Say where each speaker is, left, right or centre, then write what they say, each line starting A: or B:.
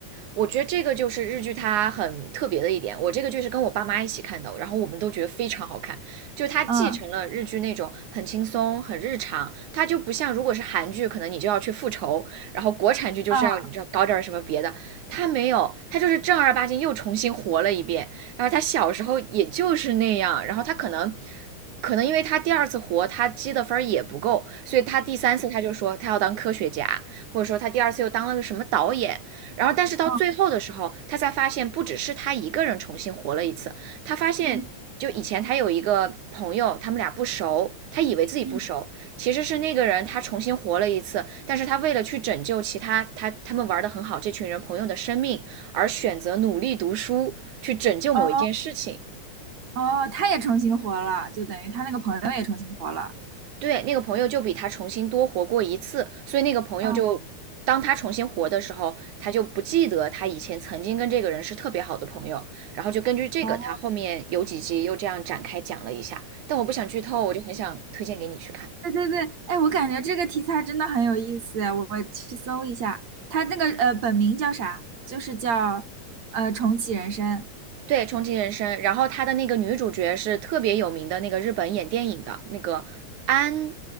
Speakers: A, on the right; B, on the right.
A: 我觉得这个就是日剧它很特别的一点。我这个剧是跟我爸妈一起看的，然后我们都觉得非常好看，就是它继承了日剧那种很轻松、
B: 嗯
A: 很日常，它就不像如果是韩剧，可能你就要去复仇，然后国产剧就是要你知道搞点什么别的，
B: 啊
A: 它没有，它就是正儿八经又重新活了一遍。然后他小时候也就是那样，然后他可能。可能因为他第二次活，他积的分儿也不够，所以他第三次他就说他要当科学家，或者说他第二次又当了个什么导演，然后，但是到最后的时候，
B: 啊
A: 他才发现不只是他一个人重新活了一次，他发现就以前他有一个朋友，
B: 嗯
A: 他们俩不熟，他以为自己不熟，
B: 嗯，
A: 其实是那个人他重新活了一次，但是他为了去拯救其他他他们玩的很好这群人朋友的生命，而选择努力读书去拯救某一件事情。
B: 哦哦，他也重新活了，就等于他那个朋友也重新活了。
A: 对，那个朋友就比他重新多活过一次，所以那个朋友就当他重新活的时候，
B: 嗯
A: 他就不记得他以前曾经跟这个人是特别好的朋友，然后就根据这个，
B: 哦，
A: 他后面有几集又这样展开讲了一下，但我不想剧透，我就很想推荐给你去看。
B: 对对对，哎，我感觉这个题材真的很有意思，我我去搜一下。他那个呃本名叫啥？就是叫呃重启人生。
A: 对，重启人生，然后他的那个女主角是特别有名的那个日本演电影的那个安，